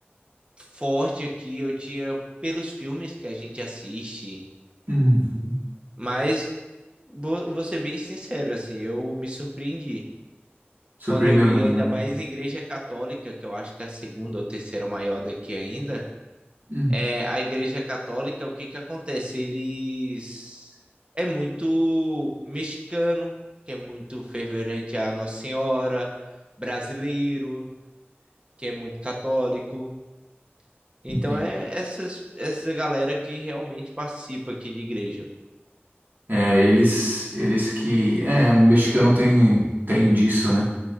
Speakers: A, on the right; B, on the right.
A: forte aqui, eu tinha pelos filmes que a gente assiste,
B: Uhum.
A: mas vou, vou ser bem sincero, assim, eu me surpreendi.
B: Surpreendeu
A: Quando eu vi
B: mesmo,
A: ainda
B: né?
A: mais Igreja Católica, que eu acho que é a segunda ou terceira maior daqui ainda,
B: Hum,
A: é, a Igreja Católica, o que que acontece? Eles é muito mexicano, que é muito fervorente a Nossa Senhora, brasileiro, que é muito católico. Então
B: Entendi.
A: é essas, essa galera que realmente participa aqui de igreja.
B: É, eles, eles que, é, o mexicano tem, tem disso, né?